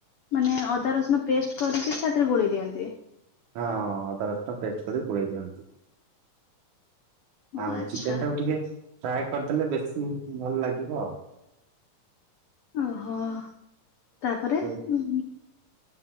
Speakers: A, on the left; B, on the right.
A: ମାନେ ଅଦା, ରସୁଣ ପେଷ୍ଟ କରିକି ତାଦେହରେ ଗୋଳେଇ ଦିଅନ୍ତି।
B: ହଁ ଅଦା, ରସୁଣ ପେଷ୍ଟ କରି ଗୋଳେଇ ଦିଅନ୍ତି।
A: ଓ
B: ଆଉ
A: ଆଚ୍ଛା
B: ଚିକେନ ଟାକୁ ଟିକେ ଫ୍ରାଏ କରିଦେଲେ ବେଶୀ ଭଲ ଲାଗିବ ଆଉ?
A: ଓହୋ ତାପରେ
B: <unintelligible>
A: ଉଁ,